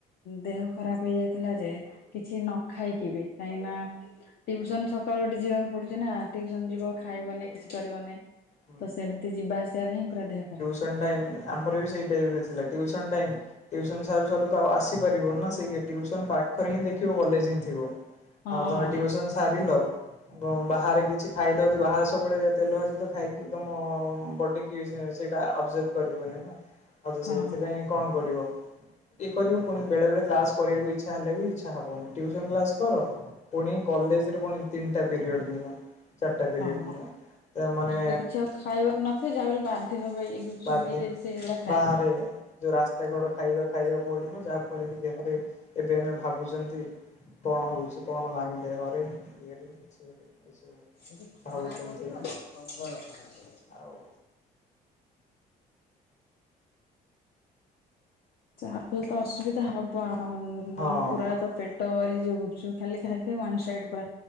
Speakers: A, on the left; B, on the left.
A: ଦେହ ଖରାପ ହେଇଯାଇ ଥି ଥିଲା ଯେ କିଛି ନ ଖାଇକି ବି କାହିଁକିନା ଟ୍ୟୁସନ୍ ସକାଳୁ ଉଠି ଯିବାକୁ ପଡୁଚି ନା ଟ୍ୟୁସନ୍ ଯିବ ଖା କିଛି କରିବନେଇ
B: ହୁଁ।
A: ତ ସେମତି ଯିବା ଆସିବାରେ ହିଁ ପୁରା ଦେହ ଖରାପ।
B: ସନ୍ ଟାଇମ୍ ଆମର ବି ସେଇ ଟାଇମରେ ଥିଲା ଟ୍ୟୁସନ୍ ଟାଇମ୍ ଟ୍ୟୁସନ ସାରୁ ସରୁ ତ ଆଉ ଆସିପାରିବନି ନା ସେଇ ଗେ ଟ୍ୟୁସନ ପାଖରେ ହିଁ ଦେଖିବ କଲେଜ ହିଁ ଥିବ।
A: ହଁ
B: ଆଉ ତମେ ଟ୍ୟୁସନ ସାରିଲ ବ ବାହାରେ କିଛି ଖାଇଲ ଯଦି ବାହାରେ ସବୁବେଳେ ତେଲ ଭାଜି ତ ଖାଇ କି ତମ ବଡି କି ସେ ସେଇଟା ଆବଜର୍ଭ କରିବନି ନା ଆଉ ତ
A: ହଁ
B: ସେ ସେଥିପାଇଁ କଣ କରିବ ଇଏ କରିବ ପୁଣି ବେଳେ ବଳେ କ୍ଲାସ କରିବାକୁ ଇଛା ହେଲେ ବି ଇଛା ହବନି ଟ୍ୟୁସନ୍ କ୍ଲାସ୍ କର ପୁଣି କଲେଜରେ ପୁଣି ତିନଟା ପିରିୟଡ଼ ନିଅ। ଚାରଟା ପରିଅଡ୍
A: ହଁ।
B: ନିଅ ତାମାନେ
A: ସେଠି ତ କିଛି ଆଉ ଖାଇବାକୁ ନଥିବ ଯାହାବି ହେଲେ ବାଧ୍ୟ ହବ ଏଇ ଗୁପଚୁପ୍
B: ବାଧ୍ୟ
A: ବି ଏ ସେଗୁଡ଼ା ଖାଇବାକୁ।
B: ବାହାରେ ଯୋଉ ରାସ୍ତାକଡ ଖାଇବା ଖାଇବାକୁ ପଡିବ ଯାହା ଫଳରେ କି ଦେହରେ ଏବେ ଆମେ ଭାବୁଚନ୍ତି କଣ ହୋଉଚି କଣ ନାହିଁ ଦେହରେ ଇଏରେ ସିଏରେ ଏସବୁ।
A: ଏଠି ଖରା
B: ଭାବୁଛନ୍ତି
A: ପଡ଼ିବ ନା ପ୍ରବଳ ଖରା ପଡ଼ିବ।
B: ଆଉ
A: ଚାହା ପି ତ ଅସୁବିଧା ହବ ମୋର
B: ହଁ
A: ପୁରା ତ ପେ ଟ ଏଇ ଯୋଉ ଗୁପଚୁପ ଖାଲି ଖାଇଲି ୱାନ୍ ସାଇଡ ପୁରା